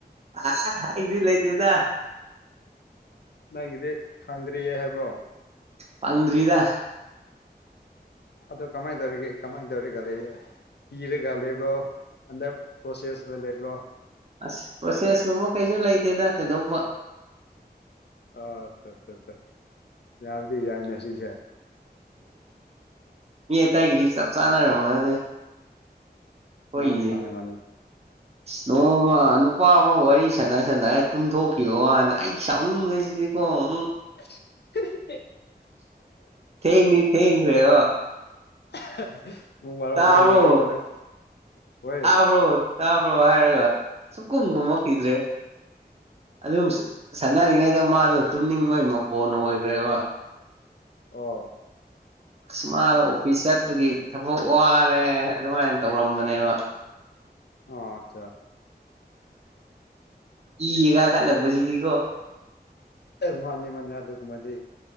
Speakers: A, on the right; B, on the left.
A: ꯑ ꯑꯩꯗꯤ ꯂꯩꯇꯦꯗ
B: ꯅꯪꯒꯤꯗꯤ ꯐꯪꯗ꯭ꯔꯤꯌꯦ ꯍꯥꯏꯕ꯭ꯔꯣ
A: ꯐꯪ꯭ꯗꯔꯤꯗ
B: ꯑꯗꯣ ꯀꯃꯥꯏꯟ ꯇꯧꯔꯤꯒꯦ ꯀꯃꯥꯏꯟ ꯇꯧꯔꯤꯒ ꯂꯩꯌꯦ ꯀꯤꯔꯒ ꯂꯩꯕ꯭ꯔꯣ ꯑꯟꯗꯔ ꯄ꯭ꯔꯣꯁꯦꯁꯇ ꯂꯩꯕ꯭ꯔꯣ
A: ꯑꯁ ꯄ꯭ꯔꯣꯁꯦꯁ ꯀꯨꯝꯕ ꯀꯩꯁꯨ ꯂꯩꯇꯦꯗ ꯊꯣꯏꯗꯣꯛꯄ
B: ꯑ ꯆꯥ ꯆꯥ ꯆꯥ ꯌꯥꯕꯗꯤ ꯌꯥꯏꯅ ꯁꯤꯁꯦ
A: ꯃꯤ ꯑꯇꯩꯒꯤꯗꯤ ꯆꯞ ꯆꯥꯟꯅꯔꯝꯃꯅꯦ ꯈꯣꯏꯒꯤꯖꯦ
B: ꯃꯥꯅꯤ ꯃꯥꯅꯤ ꯃꯥꯅꯤ
A: ꯅꯣꯡꯃ ꯅꯨꯄꯥ ꯑꯃ ꯋꯥꯔꯤ ꯁꯅ ꯁꯥꯅꯔꯥ ꯇꯨꯝꯊꯣꯛꯈꯤꯕ ꯋꯥꯅꯦꯑꯩ ꯁꯥꯎꯅꯤꯡꯕꯁꯤꯗꯤꯀꯣ ꯎꯝ
B: <unintelligible>
A: ꯊꯦꯡꯗꯤ ꯊꯦꯡ꯭ꯈꯔꯦꯑꯣ
B: <unintelligible>
A: ꯇꯥꯕ꯭ꯔꯣ
B: ꯍꯣꯏ
A: ꯇꯥꯕ꯭ꯔꯣ ꯇꯥꯕ꯭ꯔꯣ ꯍꯥꯏꯔꯒ ꯁꯨꯛꯈꯨꯝ ꯈꯨꯝꯃꯛꯈꯤꯗ꯭ꯔꯦ ꯑꯗꯨꯝ ꯁꯅꯔꯤꯉꯩꯗ ꯃꯥꯗꯣ ꯇꯨꯝꯅꯤꯡꯕꯩ ꯃꯈꯣꯟ ꯑꯣꯏꯈ꯭ꯔꯦꯕ
B: ꯑꯣ
A: ꯑꯁ ꯃꯗꯣ ꯐꯤꯁ ꯆꯠꯄꯒꯤ ꯊꯕꯛ ꯋꯥꯔꯦ ꯑꯗꯨꯃꯥꯏꯟ ꯇꯧꯔꯝꯕꯅꯦꯕ
B: ꯑꯣ ꯑꯠꯆꯥ
A: ꯏ ꯈꯠꯂꯛꯄꯁꯤꯗꯤꯀꯣ
B: ꯃꯥꯅꯦ ꯃꯥꯅꯦ ꯑꯗꯨꯒꯨꯝꯕꯗꯤ